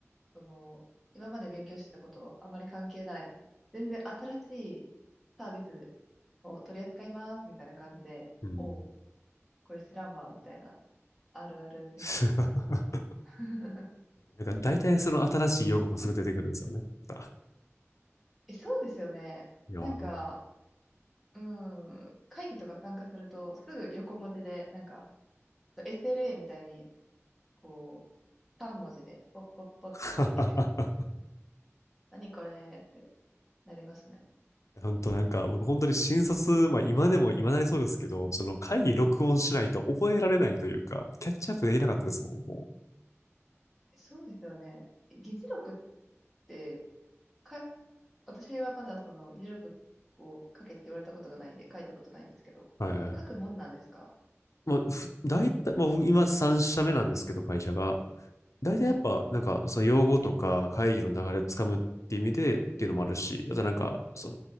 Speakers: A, in the centre; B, on the left.
A: その、今まで勉強してたことあまり関係ない、全然新しいサービスを取り扱いますみたいな感じで、
B: うん。
A: おう、これ知らんわ、みたいな、あるあるみたいですね。
B: <laughs>
A: <laughs>
B: なんか大体その新しい用語もすぐ出てくるんですよね。また。
A: え、そうですよね。
B: いや、
A: なんか、
B: なん
A: うん、会議とか参加すると、すぐ横文字で、なんか、SLA みたいに、こう、3文字で、ポッポッポって出てきて、
B: か
A: 何これってなりますね。
B: <laughs> 本当なんか、僕本当に新卒、まあ今でも今だにそうですけど、その会議録音しないと覚えられないというか、キャッチアップできなかったですもん、も
A: そうですよね。議事録って、か、私はまだその議事録を書けって言われたことがないんで、書いたことないんですけど、
B: う。はいはい。
A: 書くもんなんですか
B: まあ、大体、まあ僕今3社目なんですけど、会社が。大体やっぱ、
A: はい。
B: なんか、その用語とか会議の流れつかむっていう意味でっていうのもあるし、あとなんか、そ